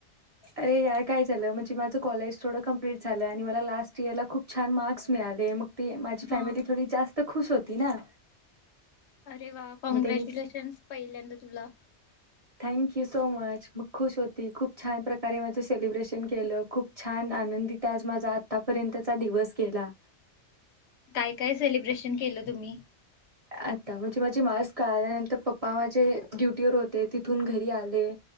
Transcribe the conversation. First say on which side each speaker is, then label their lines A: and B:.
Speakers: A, on the right; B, on the left.
A: अर यार काय झालं म्हणजे माझं कॉलेज थोडं कंप्लीट झालं आणि मला लास्ट इयर ला खूप छान मार्क्स मिळाले मग ती माझी फॅमिली
B: हा
A: थोडी जास्त खुश होती ना
B: अरे वा कॉँग्रॅच्युलेशन्स
A: मग त्यांनी
B: पहिल्यांदा तुला
A: थँक यू सो मच मग खुश होते तेी खूप छान प्रकारे माझं सेलिब्रेशन केलं खूप छान आनंदित आज माझा आतापर्यंतचा दिवस गेला.
B: काय काय सेलिब्रेशन केलं तुम्ही
A: आता म्हणजे माझे मास्क काळाल्यानंतर पप्पा माझे ड्युटीवर होते तिथून घरी आले